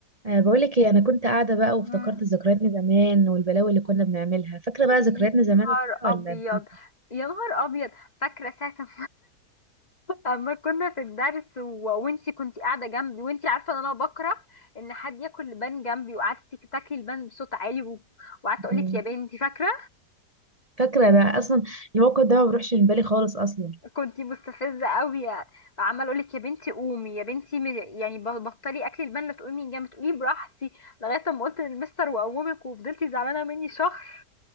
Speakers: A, on the right; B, on the left.
A: أه بقولك ايه انا كنت قاعده بقى وافتكرت
B: مم.
A: ذكرياتنا زمان والبلاوي اللي كنا بنعملها فاكره
B: يا
A: بقى ذكرياتنا
B: نهار
A: زمان وكده
B: ابيض
A: ولا نسيت؟
B: يا نهار ابيض فاكره ساعه ما <laughs> أما كنا في الدرس و... وانتي كنتي قاعده جنبي وانتي عارفه ان انا بكره ان حد ياكل لبان جنبي وقعدتي تك- تاكلي لبان بصوت عالي و... وقعدت اقول
A: مم.
B: لك يا بنتي فاكره
A: فاكره ده اصلا الموقف ده ما بيروحش من بالي خالص اصلا
B: كنتي مستفزه قوي عمال اقول لك يا بنتي قومي يا بنتي م... يعني ب- بطلي اكلي لبان لا تقومي من جنبي تقولي براحتي لغايه ما قلت للمستر واقومك وفضلتي زعلانه مني شهر